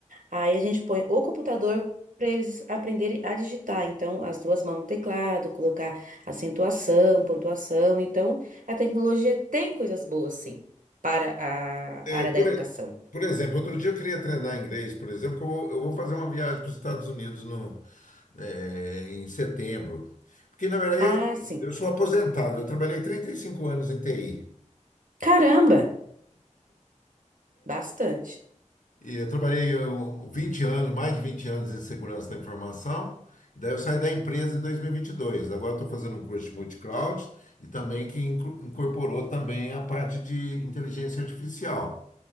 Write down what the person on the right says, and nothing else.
Aí a gente põe o computador para eles aprenderem a digitar. Então, as duas mãos no teclado, colocar acentuação, pontuação. Então, a tecnologia tem coisas boas, sim, para a
área
da educação.
Ah,
sim.
Caramba, bastante.